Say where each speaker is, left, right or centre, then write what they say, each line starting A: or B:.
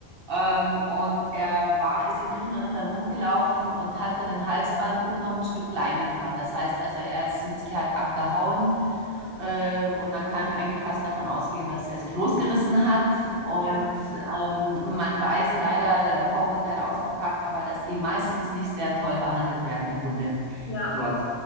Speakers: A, on the right; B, on the left.
A: Ähm, und er war, ist in Griechenland dann rumgelaufen und hatte einen Halsband und noch ein Stück Leine dran. Das heißt also, er ist mit Sicherheit abgehauen.
B: okay.
A: Äh, und man kann eigentlich fast davon ausgehen, dass er sich losgerissen hat. Und
B: Ja,
A: ähm, man weiß leider Vorurteil ausgepackt, aber dass die meistens nicht sehr toll behandelt werden, die Hunde
B: ja.
A: dort.